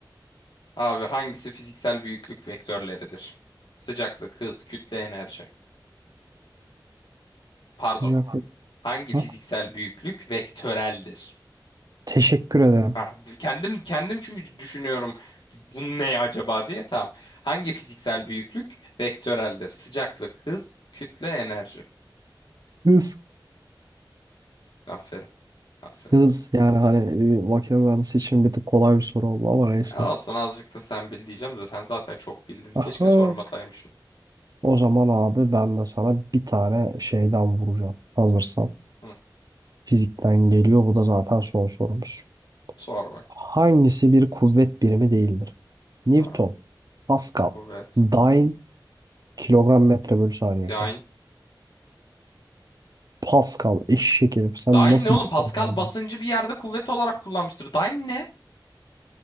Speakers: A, on the left (about 70°); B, on the right (about 50°).
A: <laughs> Abi hangisi fiziksel büyüklük vektörleridir? Sıcaklık, hız, kütle, enerji. Pardon.
B: <laughs> Rica
A: Hangi fiziksel
B: Ha?
A: büyüklük vektöreldir?
B: Teşekkür ederim.
A: Ah, d- kendim kendim çünkü düşünüyorum bu ne acaba diye. Tamam. Hangi fiziksel büyüklük vektöreldir? Sıcaklık, hız, kütle, enerji.
B: Hız.
A: Aferin. Aferin.
B: Hız. Yani hani e, makine mühendisi için bir tık kolay bir soru oldu ama neyse.
A: E, Olsun azıcık da sen bil diyeceğim de sen zaten çok bildin. Keşke
B: Aha.
A: sormasaymışım.
B: O zaman abi ben de sana bir tane şeyden vuracağım. Hazırsan.
A: Hı,
B: Fizikten geliyor. Bu da zaten son sorumuz.
A: sor bak.
B: Hangisi bir kuvvet birimi değildir? Newton,
A: Abi,
B: Pascal,
A: kuvvet,
B: Dyne,
A: kuvvet.
B: kilogram metre bölü saniye
A: Dyne.
B: kare. Pascal, eşek herif. Sen
A: Dyne
B: nasıl
A: ne oğlum?
B: dikkat
A: Pascal
B: abi?
A: basıncı bir yerde kuvvet olarak kullanmıştır. Dyne ne?